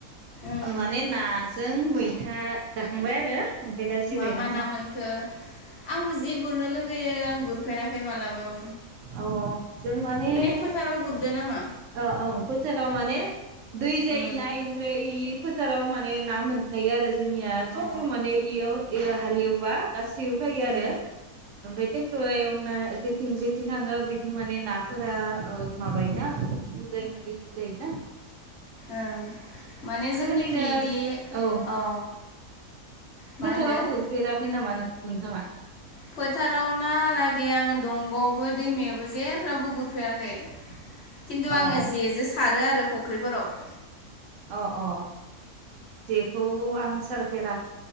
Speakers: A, on the left; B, on the right.
A: ओं
B: माने नाजों मैथा जाखांबाय आरो ओमफ्राय दा जिरायना
A: मा मा
B: दं
A: ना मोनखो आंबो जि गुरनो लुुबैयो आं गुरफेराखै मालाबाबो
B: औ जों माने
A: फोथाराव गुरदो नामा
B: औ औ फोथाराव माने दै जायोना
A: उम
B: इनिफ्राय इ फोथाराव माने ना मोनखायो आरो जोंनिया सबबो
A: अ
B: माने इयाव हालेवबा गासैबो फायो आरो
A: उम
B: ओमफाय टे फै एवना जेथिं जेथिं थांङो बिथिं माने नाफोरा ओ माबायोना जाय बेदि जायो ना
A: ओ माने जोंनिखि
B: ओरैनो
A: इदि
B: औ
A: अ मा
B: फोथाराव
A: होनदो
B: गुरफेराखै नामा नों-नोंथाङा
A: फोथाराव नालागै आंङो दंग'आवबो दैमायाबो जेरावबो गुरफेराखै खिन्थु
B: अ
A: आंङो जेजों सारो आरो फुख्रिफोराव
B: अ अ जेखौ आं सारफेरा